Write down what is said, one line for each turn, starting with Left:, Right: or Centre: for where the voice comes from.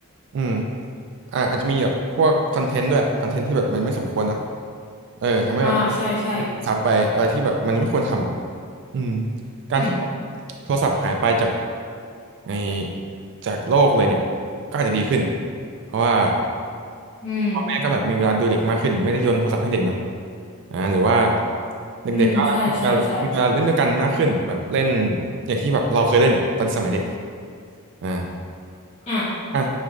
Right: อืมอ่าอาจจะมีแบบพวกคอนเทนต์ด้วยคอนเทนต์ที่แบบมันไม่สมควรเนาะเออทำให้แบบ
Left: อ่าใช่ใช่
Right: ซับไปอะไรที่แบบมันไม่ควรทำอ่ะ อืมการที่
Left: อืม
Right: โทรศัพท์หายไปจากในจากโลกเลยเนี่ยก็อาจจะดีขึ้นเพราะว่า
Left: อืม
Right: พ่อแม่ก็แบบมีเวลาดูเด็กมากขึ้นไม่ได้โยนโทรศัพท์ให้เด็กเนาะอ่าหรือว่าเด็กๆก็มีเวลามีเวลาเล่นด้วยกันมากขึ้นแบบเล่น
Left: อืมใช่ใช่ใช่
Right: อย่างที่แบบเราเคยเล่นอ่ะตอนสมัยเด็กอ่า
Left: อ่ะ
Right: อ่ะ